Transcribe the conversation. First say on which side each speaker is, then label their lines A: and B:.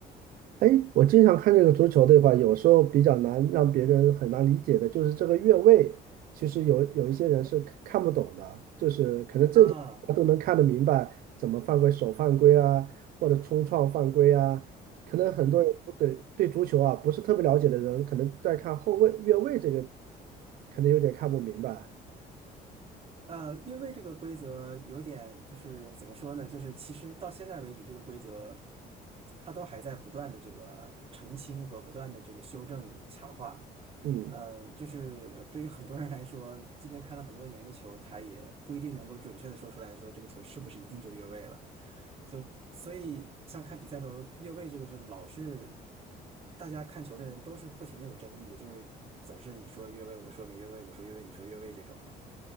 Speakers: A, on the right; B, on the right.
A: 哎，我经常看这个足球的话，有时候比较难让别人很难理解的，就是这个越位，其实有有一些人是看看不懂的，就是可能正常他都能看得明白怎么犯规，
B: 啊，
A: 手犯规啊，或者冲撞犯规啊，可能很多人不对对足球啊不是特别了解的人，
B: 嗯。
A: 可能在看后卫越位这个，可能有点看不明白。
B: 呃，越位这个规则有点就是怎么说呢？就是其实到现在为止，这个规则它都还在不断的这个澄清和不断的这个修正强化。
A: 嗯，
B: 嗯，就是呃对于很多人来说，即便看了很多年的球，他也不一定能够准确的说出来说这个球是不是一定就越位了。就所以像看比赛的时候，越位这个是老是大家看球的人都是不停的有争议的，就是总是你说越位，我说没越位，我说越位，你说越位这种的。